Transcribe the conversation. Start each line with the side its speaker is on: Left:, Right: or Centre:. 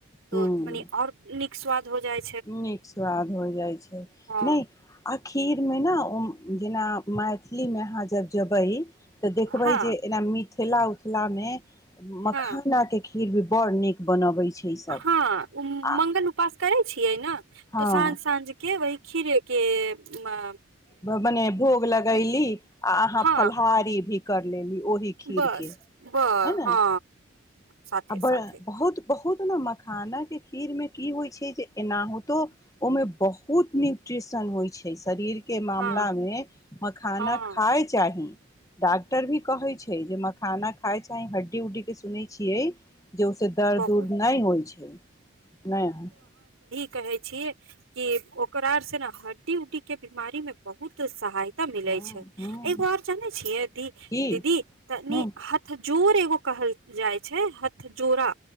Right: तो
Left: हूँ
Right: मनी और निक स्वाद हो जाए
Left: नीक स्वाद हो जाइ छै
Right: हँ
Left: नहि आ खीर मे ने ओ जेना मैथिलीमे अहाँ जब जेबै तऽ देखबै
Right: हँ
Left: जे एना मि थेला उथामे मखानाे
Right: हँ
Left: खीर भी बड़ नीक बनबै छै ईसभ
Right: हँ
Left: आ
Right: मंगल उपास करे छियै ने
Left: हँ
Right: तऽ साँझ साँझ के वहि खीरेके अ
Left: मने भोग लगैली आ अहाँ
Right: हँ
Left: फलाहारी भी कर लेली ओहि खीरके
Right: बस ब
Left: है ने
Right: हँ साथे
Left: आ बड़
Right: साथे
Left: बहुत बहुत ने मखाना के खीर में की होइ छै जे एनाहितो ओमे बहुत न्यूट्रिशन होइ छै शरीर के के मामलामे
Right: हँ
Left: मखाना
Right: हँ
Left: खाय चाही डॉक्टर भी कहै छै जे मखाना खाय चाह हड्डी उड्डी के सुनै छियै जे ओहिस दर्द
Right: बहुत
Left: उर्द नहि होइ छै नहि
Right: कहे छीयै कि ओकरा से ने हड्डी उड्डी के बीमारी में बहुत सहाय त मिलै
Left: हँ
Right: छै
Left: हँ
Right: एगो आर जानै छियै दी
Left: की
Right: दीदी तनी
Left: हँ
Right: हथ जोड़ एगो कहल जाय छै हथ जोड़ा